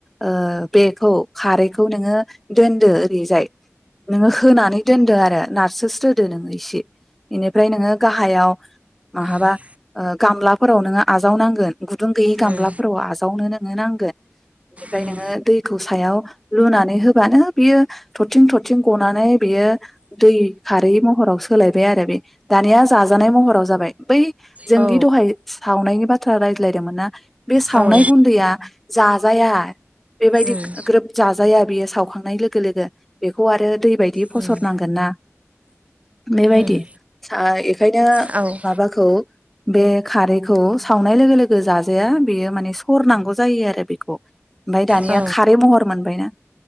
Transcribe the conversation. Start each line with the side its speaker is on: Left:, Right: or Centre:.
Centre: ओ बेखौ खारैखौ नोङो दोनदो ओरैजाय नोङो होनानै दोन दो आरो नाथ सोस्रोदो नोङो इसे एनिफ्राय नोङो गाहायाव माहाबा
Right: उम,
Centre: ओ गामलाफोराव नोङो आजावनांगोन गुदुं गैयै गामला
Right: उम,
Centre: फोराव आजावनो नोङो नांगोन। एनिफ्राय
Right: उम,
Centre: नोङो दैखौ सायाव लुनानै होबानो बियो थरथिं थरथिं गनानै बियो दै खारै महराव सोलायबाय आरो बे दानिया जाजानाय महराव जाबाय बै जोंनि
Right: औ
Centre: दहाय सावनायनि बाथ थ्रा रायज्लाय दोंमोन ना बे सावनाय
Right: औ
Centre: गुन्दैया जाजाया बेबायदि
Right: उम,
Centre: ग्रोब जाजाया बेयो सावखांनाय लोगो लोगो बेखौ आरो दै बायदि फसरनांगोन
Right: उम,
Centre: ना बेबायदि
Right: उम
Centre: सायो ओंखायनो
Right: औ
Centre: माबाखौ बे खारैखौ सावनाय लोगो लोगो जाजाया बेयो माने सरनांगौ जायो आरो बेखौ। ओमफाय दानिया
Right: औ
Centre: खारै महर मोनबायना